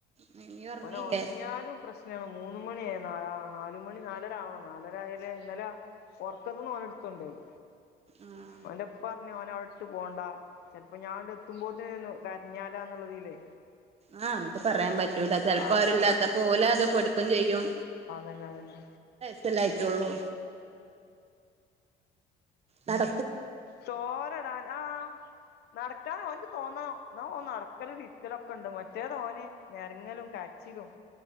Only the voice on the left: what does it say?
ഓന് ഒറങ്ങിയാലും പ്രശ് നാണ് മൂന്ന് മണിയായ ന ന നാലുമണി നാലര ആവണം നാലരായായാലേ ഇന്നലെ ഒറക്കത്തൂന്ന് ഓലെടുത്തോണ്ടോയി
ഓന്റെ ഉപ്പ പറഞ്ഞ് ഓനെ അവിടിട്ട് പോണ്ട ചിലപ്പോ ഞാനങ്ങട്‌ എത്തുമ്പോ ത്തേനും കരഞ്ഞാലോന്നുള്ളയിതിലെ
ആഹ്
അപ്പൊ
തന്നെ തന്നെ
ചോറിടാൻ ആഹ് നടക്കാൻ ഓനക്ക് തോന്നണം എന്നാ ഓ നടക്കല് ഇരിക്കലൊക്കെ ഒണ്ട് മറ്റേതോന് നെരങ്ങലും കരച്ചിലും